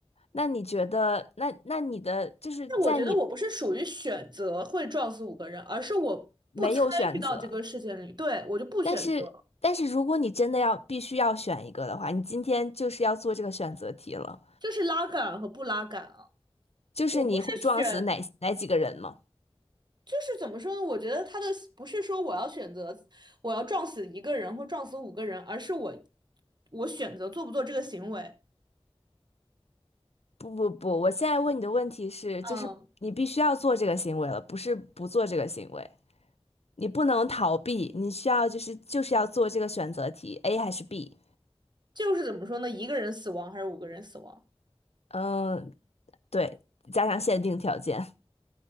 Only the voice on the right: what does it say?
那我觉得我不是属于选择会撞死五个人，而是我不参与到这个事件里，
对，我就不选择。
就是拉杆和不拉杆啊。
我不是选，就是怎么说呢？我觉得他的不是说我要选择我要撞死一个人或撞死五个人，而是我我选择做不做这个行为。
嗯，
就是怎么说呢？一个人死亡还是五个人死亡？